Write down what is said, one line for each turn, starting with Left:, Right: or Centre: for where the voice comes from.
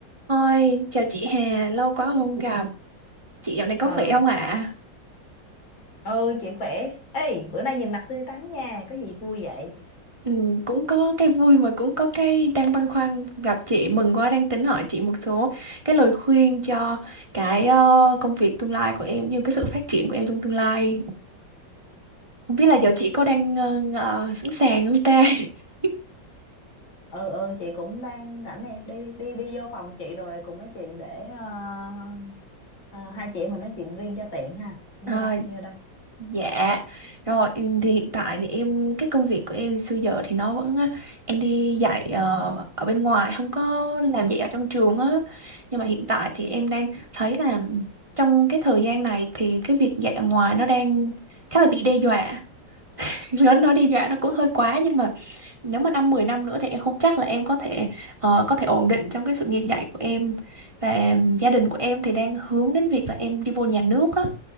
Right: Ôi, chào chị Hà, lâu quá không gặp. Chị dạo này có
Left: ờ
Right: khỏe không ạ?
Left: ôi chị khỏe ê bữa nay nhìn mặt tươi tắn nha có gì vui vậy
Right: Ừ, cũng có cái vui mà cũng có cái đang băn khoăn gặp chị. Mừng quá đang tính hỏi chị một số cái lời khuyên cho cái ờ, công việc tương lai của em, như cái sự phát triển của em trong tương lai. Không biết
Left: ờ
Right: là giờ chị có đang ờ, ờ, sẵn sàng không ta? <laughs>
Left: ừ ừ chị cũng đang rảnh nè đi đi đi vô phòng chị rồi cùng nói chuyện để ờ, ờ, hai chị em mình nói chuyện riêng cho tiện ha đi
Right: À,
Left: vô đây đi vô đây
Right: Dạ, rồi em thì hiện tại thì em cái công việc của em xưa giờ thì nó vẫn á, em đi dạy ờ, ở bên ngoài không có làm dạy ở trong trường á. Nhưng mà hiện tại thì em đang thấy là trong cái thời gian này thì cái việc dạy ở ngoài nó đang khá là bị đe dọa. <laughs> Nó nó đe dọa nó cũng hơi quá nhưng mà nếu mà năm 10 năm nữa thì em không chắc là em có thể ờ, có thể ổn định trong cái sự nghiệp dạy của em và gia đình của em thì đang hướng đến việc là em đi vô nhà nước á